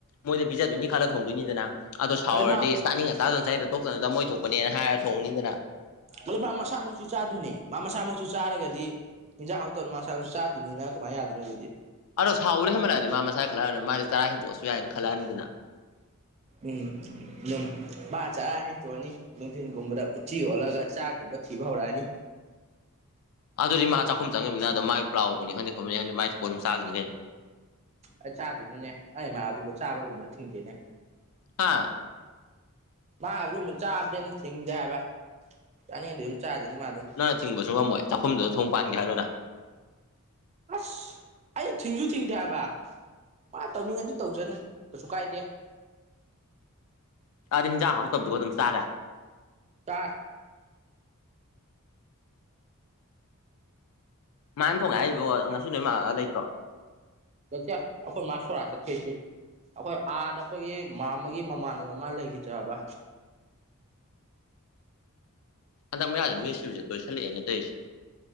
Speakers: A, on the left; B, on the right.
A: ꯃꯣꯏꯗ ꯄꯤꯖꯗꯣꯏꯅꯤ ꯈꯜꯂ ꯊꯣꯡꯗꯣꯏꯅꯤꯗꯅ ꯑꯗꯣ ꯁꯥꯎꯔꯗꯤ
B: ꯑꯗꯩ ꯃꯥ
A: ꯆꯥꯅꯤꯡ- ꯆꯥꯖꯅꯨ ꯆꯅꯤꯡꯗ- ꯇꯣꯛꯆꯅꯨꯗ ꯃꯣꯏ ꯊꯣꯛꯄꯅꯦꯅ ꯍꯥꯏꯔ ꯊꯣꯡꯉꯅꯤꯗꯅ
B: ꯗꯨ ꯃꯁꯥꯃꯛꯁꯨ ꯆꯥꯗꯣꯏꯅꯦ ꯃꯥ ꯃꯁꯥꯃꯛꯁꯨ ꯆꯥꯔꯒꯗꯤ ꯍꯤꯟꯖꯥꯡ ꯍꯥꯎꯇꯥ ꯃꯁꯥꯖꯨ ꯆꯥꯗꯣꯏꯅꯤꯅ ꯀꯃꯥꯏꯅ ꯌꯥꯗꯣꯏꯅꯣ ꯑꯗꯨꯗꯤ
A: ꯑꯗꯣ ꯁꯥꯎꯕꯅ ꯍꯦꯟꯃꯜꯂꯛꯑꯗꯤ ꯃꯥ ꯃꯁꯥꯏ ꯈꯜꯂꯛꯑꯔꯣꯏ ꯃꯥꯗꯤ ꯆꯔꯥ ꯍꯦꯟꯇꯣꯛꯑꯁꯨ ꯌꯥꯏꯅ ꯈꯜꯂꯑꯅꯤꯗꯅ
B: ꯎꯪ ꯑꯗꯨꯝ ꯃꯥ ꯆꯥꯔ ꯍꯦꯟꯇꯣꯛꯑꯅꯤ ꯅꯨꯡꯊꯤꯟꯒꯨꯝꯕꯗ ꯎꯆꯤ ꯑꯣꯜꯂꯒ ꯆꯥꯛꯒꯨꯝꯕ ꯊꯤꯕ ꯍꯧꯔꯛꯑꯅꯤ
A: ꯑꯗꯨꯗꯤ ꯃꯥ ꯆꯥꯛꯈꯨꯝ ꯆꯪꯉꯤꯃꯤꯅ ꯑꯗꯨꯝ ꯃꯥꯏ ꯄ꯭ꯂꯥꯎ ꯍꯧꯕꯅꯤ ꯈꯪꯗꯦ ꯈꯣꯠꯄꯅꯤ ꯈꯪꯗꯦ ꯃꯥꯏ ꯊꯣꯛꯄ ꯑꯗꯨꯝ ꯆꯥꯈꯤꯅꯤ ꯀꯩꯅꯣ
B: ꯑꯥ ꯆꯥꯖꯅꯨꯅꯦ ꯑꯩ ꯃꯥ ꯑꯗꯨꯕꯨ ꯆꯥꯕꯒꯨꯝꯕꯗꯨ ꯊꯤꯡꯗꯦꯅꯦ
A: ꯍꯥꯥꯑ
B: ꯃꯥ ꯑꯗꯨꯨꯝꯕ ꯆꯥꯕꯗꯤ ꯑꯩꯅ ꯊꯤꯡꯗꯦ ꯍꯥꯏꯕ ꯆꯥꯅꯤꯡꯉꯗꯤ ꯑꯗꯨꯝ ꯆꯥꯖꯅꯤ ꯃꯥ ꯑꯗꯨꯝ
A: ꯅꯪꯅ ꯊꯤꯡꯕꯖꯨ ꯉꯝꯃꯣꯏ ꯆꯥꯛꯈꯨꯝꯗꯨꯗ ꯊꯣꯡ ꯄꯥꯟꯒꯦ ꯍꯥꯏꯔꯣ ꯅꯪ
B: ꯑꯥꯁ ꯑꯩ ꯊꯤꯡꯖꯨ- ꯊꯤꯡꯗꯦ ꯍꯥꯏꯕ ꯃꯥꯅ ꯇꯧꯅꯤꯡꯉꯗꯤ ꯇꯧꯖꯅꯨ ꯀꯩꯁꯨ-ꯀꯥꯏꯗꯦ
A: ꯑꯗꯤ ꯍꯤꯟꯖꯥꯡ ꯑꯍꯥꯎꯇꯕꯗꯨꯒ ꯑꯗꯨꯝ ꯆꯥꯔꯦ
B: INAUDIBLE
A: ꯃꯥꯥꯟꯅ ꯊꯣꯡꯉꯦ ꯍꯥꯏꯔꯤꯕꯣ ꯉꯁꯤ ꯅꯣꯏ ꯃꯥ ꯑꯥ ꯂꯩꯕ꯭ꯔꯣ
B: ꯂꯩꯇꯦ ꯑꯩꯈꯣꯏ ꯃꯥ ꯁꯣꯔꯥꯠ ꯆꯠꯈꯤ ꯉꯁꯤ ꯑꯩꯈꯣꯏ ꯑꯥꯗ ꯑꯩꯈꯣꯏꯒꯤ ꯃꯥꯝꯃꯒꯤ ꯃꯃꯥꯟꯅꯕ ꯑꯃ ꯂꯩꯈꯤꯗ꯭ꯔꯦꯕ
A: ꯍꯟꯗꯛ ꯃꯌꯥꯁꯦ ꯃꯤ ꯁꯤꯕꯁꯦ ꯇꯣꯏꯁꯟꯂꯛꯑꯦꯅꯦ ꯇꯧꯏꯁꯦ